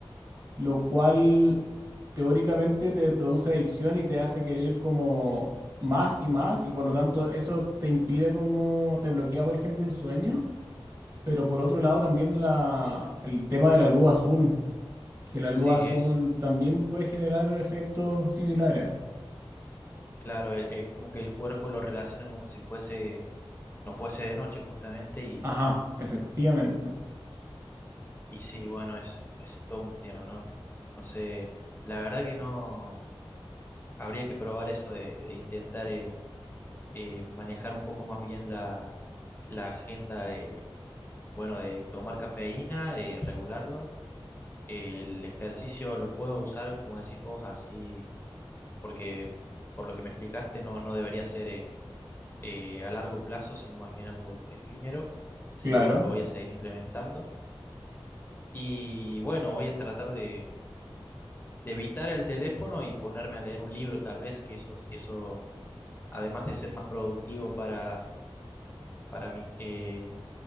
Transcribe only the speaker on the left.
sí,
eso.
Claro, eh, es como que el cuerpo lo relaciona como si fuese, no fuese de noche justamente
Y sí, bueno, es, es todo un tema, ¿no? No sé, la verdad que no, habría que probar eso de, de intentar eh, eh, manejar un poco más bien la, la agenda de, bueno, de tomar cafeína, de regularlo. El ejercicio lo puedo usar, como decís vos, así, porque por lo que me explicaste no, no debería ser eh, eh, a largo plazo, sino más bien algo efímero. Así
que bueno, lo voy a seguir implementando. Y bueno, voy a tratar de de evitar el teléfono y ponerme a leer un libro, tal vez, que eso, eso, además de ser más productivo para, para mi, eh,